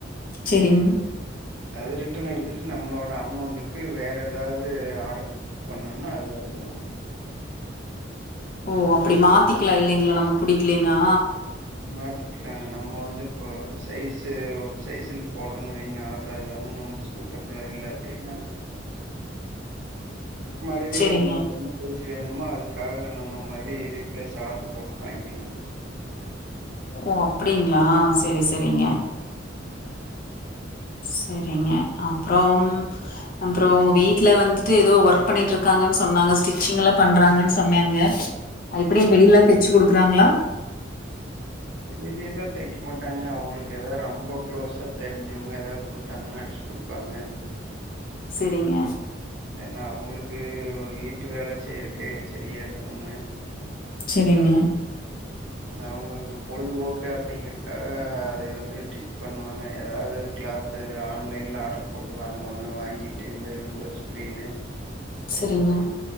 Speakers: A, on the left; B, on the right.
A: செரிங்க
B: அது ரிட்டர்ன் எடுத்துட்டு நம்மளோட அமௌண்ட்டக்கு வேற எதாவது ஆர்டர் பண்ணும்னா அது வந்துரும்
A: ஓ அப்படி மாத்திக்கலாம் இல்லீங்களா நமக்கு புடிக்கலன்னா
B: மாத்தி நா நம்ம வந்து இப்போ சைஸு ஒரு சைஸில் போடுறோன்னு வைங்க ஆர்டரு அது வந்து நமக்கு சூட்டபுளா இல்லை அப்படின்னா மருடியும்
A: சேரிங்க
B: <unintelligible> பேச்சு வேணுமோ அதுக்காக நம்ம மறுபடி ரீப்பிளேஸ் ஆர்டர் போட்டு வாங்கிக்கலாம்
A: ஓ அப்படிங்களா செரி செரிங்க சரிங்க அப்புறம் அப்புறம் உங்க வீட்டுல வந்துட்டு ஏதோ ஒர்க் பண்ணிட்டு இருக்காங்கன்னு சொன்னாங்க ஸ்டிச்சிங் எல்லாம் பண்றாங்கன்னு சொன்னாங்க எப்படி எங்க வெளியிலாம் தச்சு குடுக்குறாங்களா
B: வெலிலயிலா தைக்க மாட்டாங்க அவங்களுக்கு ஏதாவது ரொம்ப குளோஸா தெரிஞ்சவங்க ஏதாவது குடுத்தாங்கனா அடிச்சு குடுப்பாங்க.
A: சேரிங்க
B: ஏன்னா அவங்களுக்கு வீட்டு வேலை செய்யறகே சரியா இருக்குங்க
A: சரிங்க
B: அவங்களுக்கு பொழுதுபோக்கு அப்படிங்கிறதுக்காக அதை வந்து டிச் பண்ணுவாங்க ஏதாவது கிளாத்து ஆன்லைன்ல ஆர்டர் போட்டு வாங்குவாங்க வாங்கிட்டு இந்த விண்டோ ஸ்கிரீனு
A: சரிங்க